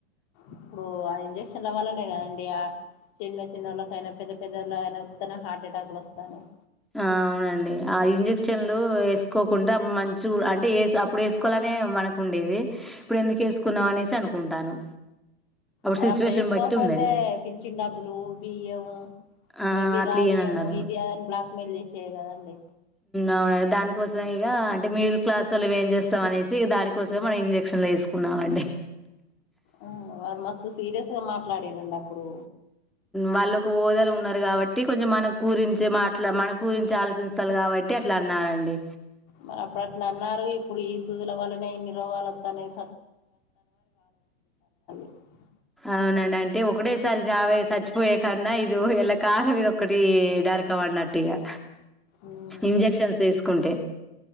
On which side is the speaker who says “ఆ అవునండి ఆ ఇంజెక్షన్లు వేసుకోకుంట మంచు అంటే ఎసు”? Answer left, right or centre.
Centre